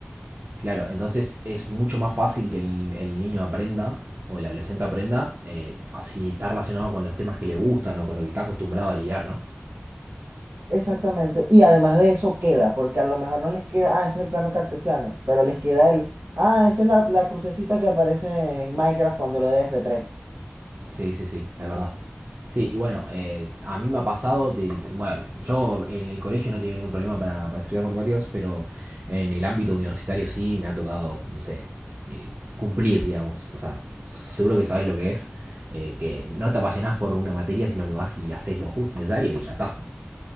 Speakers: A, on the right (about 50°); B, on the right (about 75°).
A: Claro, entonces es mucho más fácil que el, el niño aprenda o el adolescente aprenda eh, así está relacionado con los temas que le gustan o con lo que está acostumbrado a lidiar, ¿no?
B: Exactamente. Y además de eso queda, porque a lo mejor no les queda, ah, ese es el plano cartesiano, pero les queda el, ah, esa es la, la crucecita que aparece en Minecraft cuando lo doy a F3.
A: Sí, sí, sí, es verdad. Sí, y bueno, eh, a mí me ha pasado, de- de- bueno, yo en el colegio no he tenido ningún problema para, para estudiar matemáticas, pero en el ámbito universitario sí me ha tocado, no sé, eh, cumplir, digamos. O sea, seguro que sabes lo que es, eh, que no te apasionás por una materia, sino que vas y haces lo justo y necesario y ya está.